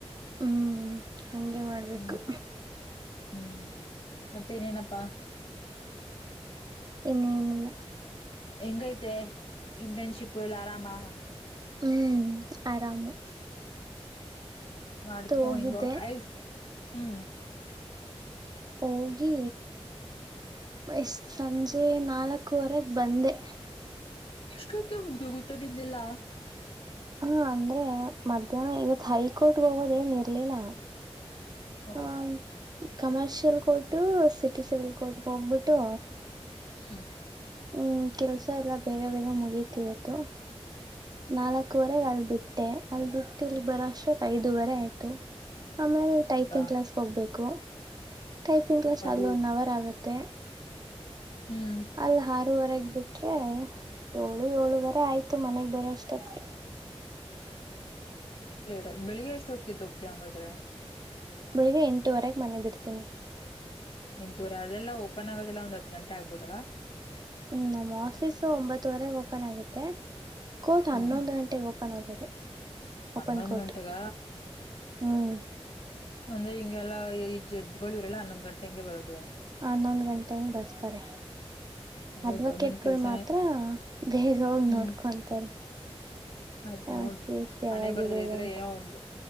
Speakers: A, on the right; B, on the left.
A: ಹ್ಮ್ ಹಂಗೆ ಮಾಡ್ಬೇಕು
B: ಹ್ಮ್ ಹ್ಮ್ ಮತ್ತೆನೇನಪ್ಪಾ
A: ಇನ್ನನಿಲ್ಲ
B: ಎಂಗ ಐತೆ ಇಂಟರ್ನ್ಷಿಪ್ ಇಲ್ಲ ಆರಾಮಾ
A: ಹ್ಮ್ ಆರಾಮ
B: ಮಾಡ್ಕೊ
A: ಹೋಗಿದ್ದೆ
B: ಹಿಂಗ ಯ್ ಹ್ಮ್
A: ಹೋಗಿ ಎಷ್ಟ ಸಂಜೆ ನಾಲ್ಕವರೆಗೆ ಬಂದೆ
B: ಎಷ್ಟೊತ್ತಿಗೆ ಮುಗ್ದು ಗೊತ್ತದಿದ್ದೆಿಲ್ಲಾ
A: ಹಾ ಅಂದ್ರೆ ಮಧ್ಯಾಹ್ನ ಇವತ್ ಹೈಕೋರ್ಟ್ ಹೋಗೋದ ಏನ್ ಇರ್ಲಿಲ್ಲ
B: ಓ
A: ಹ commercial court city civil court ಹೋಗ್ಬಿಟ್ಟು
B: ಹ್ಮ್
A: ಹ್ಮ್ ಕೆಲ್ಸ ಎಲ್ಲ ಬೇಗ ಬೇಗ ಮುಗತಿಯತ್ತು ನಾಲ್ಕವರೆಗೆ ಅಲ್ ಬಿಿಟ್ಟ ಅದು ಬಿಟ್ಟು ಇಲ್ಲಿ ಬರಷ್ಟಕ್ ಐದುವರೆ ಆಯ್ತು ಆಮೇಲೆ
B: ಹ್ಮ್
A: ಟೈಪಿಂಗ್ ಕ್ಲಾಸ್ ಹೋಗ್ಬೇಕು ಟೈಪಿಂಗ್ ಕ್ಲಾಸ್
B: ಅದು
A: ಅಲ್ಲಿ ಒನ್ ಅವರ್ ಆಗುತ್ತೆ
B: ಹ್ಮ್
A: ಅಲ್ ಆರೂುವರೆಗ್ ಬಿಟ್ರೆ ಏಳು ಏಳುವರೆ ಆಯ್ತು ಮನೆಗ್ ಬರೋಷ್ಟತ್ಗೆ
B: ಲೇಟ್ ಆಯತ ಬೆಳಿಗ್ ಎಷ್ಟ ಹೊತ್ತತ್ತುುೋಗತಿ ಹಂಗಾದ್ರೆ
A: ಬೆಳಗ್ಗೆಂಟುವರೆಗೆ ಮನೆ ಬಿಡ್ತೀನಿ
B: ಎಂಟೂರ ಅದೆಲ್ಲ ಓಪನ್ ಆಗೋದಿಲ್ಲ ಒಂದ್ ಹ್ ಗಂಟೆ ಆಗ್ಬಹದಲ್ಲಾ
A: ಹ್ಮ್ ನಮ್ಮ ಆಫೀಸು ಒಂಬತ್ತುವರೆಗೆ ಓಪನ್ ಆಗುತ್ತೆ ಕೋಟ
B: ಹ್ಮ್
A: ಹನ್ನೊಂದು ಗಂಟೆಗೆ ಓಪನ್ ಆಗೋದು
B: ಹನ್ನೊಂದು
A: ಓಪನ್ ಕೋರ್ಟ್
B: ಗಂಟೆಗ
A: ಹ್ಮ್
B: ಅಂದ್ರೆ ಹಿಂಗೆಲ್ಲ ಈ ಜಡ್ಜ್ ಗಳು ಎಲ್ಲ ಹಾನೊಂದು ಗಂಟೆ ಹಂಗೆ ಬರೋದು
A: ಹನ್ನೊಂದು ಗಂಟೆಂಗ ಬರ್ತಾರೆ
B: ಅದೇ
A: ಅಡ್ವಕೇಟ್
B: ಗೌರ್ಮೆಂಟ್
A: ಗಳು
B: ಕೆಲ್ಸನೇ
A: ಮಾತ್ರ ಬೇಗ
B: ಹ್ಮ್
A: ನೋಡ್ಕೊಂತಾರೆ
B: ಆಯ್ತು
A: ಆ
B: ನೋಡು
A: ಕೇಸ್ ಯಾವಾಗಿದೆ
B: ಹನ್ನೆಬರಹ ಬರ್ತದೆ ಇದ್ರೆ
A: ಅಂತ
B: ಏನೋ ಒಂದು